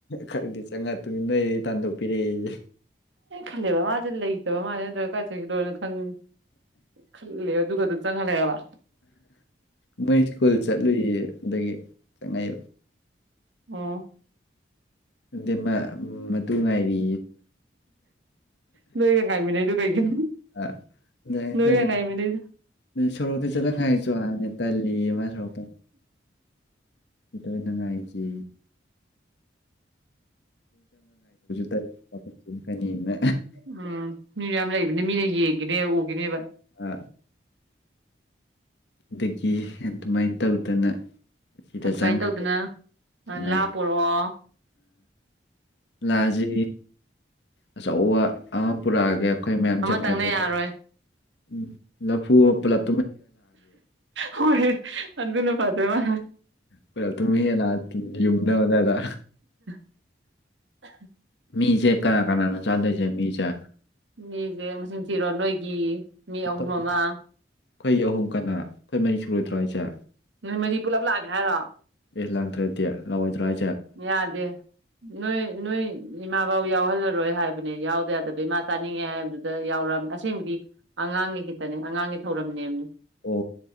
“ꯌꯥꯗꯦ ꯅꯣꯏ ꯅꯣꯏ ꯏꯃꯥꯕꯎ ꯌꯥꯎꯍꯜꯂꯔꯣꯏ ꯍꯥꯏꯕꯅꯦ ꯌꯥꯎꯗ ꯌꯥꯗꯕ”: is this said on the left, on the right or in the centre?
Right